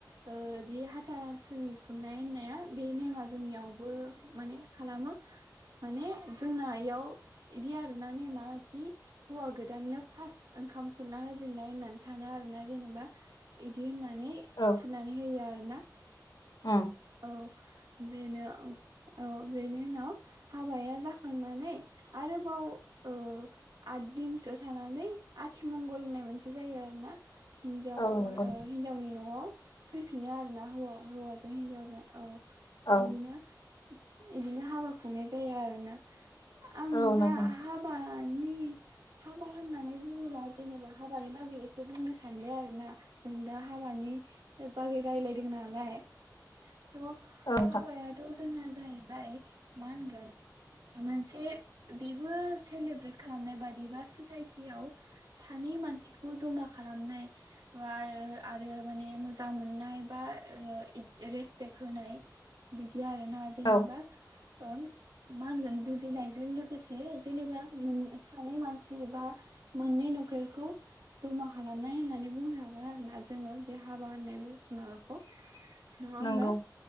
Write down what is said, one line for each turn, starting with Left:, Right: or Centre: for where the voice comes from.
Right: ओ बे हाथासुनि खुंनाय होननाया बे नेमा जोंनियावबो माने खालामो। माने जोंना एयाव इदि आरोना नेमा खि हौवा गोदाननो फार्स्ट ओंखाम खुरना होजेननाय होननानै सानो आरो ना जेनेबा इदि होननानै माने
Left: औ
Right: खुरनानै होयो आर ना
Left: उम।
Right: बेनो औ बेनि उनाव हाबाया जाखांनानै आरोबाव ओ आद दिनसो थानानै आथिमंगल होननाय मोनसे जायो आरोना। हिन्जाव
Left: औ
Right: ओ
Left: नंगौ
Right: हिन्जावनि न'आव। फैफिनो आरो ना हौवा हौवाजों हिन्जावजों। औ
Left: औ
Right: इदिनो इदिनो हाबा खुंनाय जाया आरोना। आं
Left: औ
Right: दा
Left: नंगौ नोंथां
Right: हाबा नि हाबा होननानै बुङोबा जेनेबा हाबानि बागै एसे बुंनो सानबाय आरोना। जों दा हाबानि बागै रायलायदों नालाय। थ'
Left: औ नोंथां
Right: हाबायाथ' जोंना जाहैबाय मा होनगोन मोनसे बेबो सेलेब्रेट खालामनाय बाद एबा ससाइटियाव सानै मानसिखौ जमा खालामनाय बा आरो आरो माने मोजां मोननाय बा ओ रो रेसपेक्ट होनाय बि दि आरो ना जेनेबा।
Left: औ
Right: ओम मा होनगोन बुजिनायजों लोगोसे जेनेबा मोन सानै मानसि बा मोननै न'खरखौ जमा खालामनाय होननानै बुंनो हागोन आरो ना जोङो बे हाबा होननाय माबाखौ नङा होमबा
Left: नंगौ